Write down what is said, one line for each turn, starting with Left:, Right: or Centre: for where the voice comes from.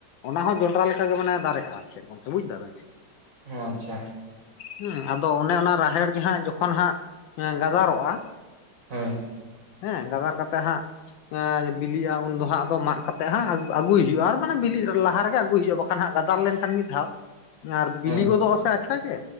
Left: ᱚᱱᱟ ᱦᱚᱸ ᱡᱚᱱᱰᱨᱟ ᱞᱮᱠᱟ ᱜᱮ ᱢᱟᱱᱮ ᱫᱟᱨᱮᱜ-ᱟ ᱟᱨ ᱪᱮᱫ ᱜᱚᱢᱠᱮ ᱵᱩᱡ ᱫᱟ ᱵᱮᱱ
Right: ᱚᱸ ᱟᱪᱪᱷᱟ
Left: ᱦᱩᱸ ᱟᱫᱚ ᱚᱱᱮ ᱚᱱᱟ ᱨᱟᱦᱮᱲ ᱜᱮ ᱦᱟᱸᱜ ᱡᱚᱠᱷᱚᱱ ᱦᱟᱸᱜ ᱜᱟᱫᱟᱨᱚᱜᱼᱟ᱾
Right: ᱦᱳᱭ
Left: ᱦᱮᱸ ᱜᱟᱫᱟᱨ ᱠᱟᱛᱮ ᱦᱟᱸᱜ ᱟᱨ ᱵᱤᱞᱤᱜ-ᱟ ᱩᱱ ᱫᱚ ᱦᱟᱸᱜ ᱟᱫᱚ ᱢᱟᱜ ᱠᱟᱛᱮᱜ ᱦᱟᱸᱜ, ᱟᱹᱜᱩᱭ ᱦᱩᱭᱩᱜ-ᱟ ᱟᱨ ᱢᱟᱱᱮ ᱵᱤᱞᱤᱜ ᱞᱟᱦᱟ ᱨᱮᱜᱮ ᱟᱹᱜᱩᱭ ᱦᱩᱭᱩᱜᱼᱟ᱾ ᱠᱟᱱ ᱦᱟᱸᱜ ᱜᱟᱫᱟᱞ ᱞᱮᱱᱠᱷᱟᱱ ᱢᱤᱫ ᱫᱷᱟᱣ
Right: <inaudible>
Left: ᱟᱨ ᱵᱤᱞᱤ
Right: ᱦᱳᱭ
Left: ᱜᱚᱫᱚᱜ ᱟᱥᱮ ᱟᱪᱠᱟ ᱜᱮ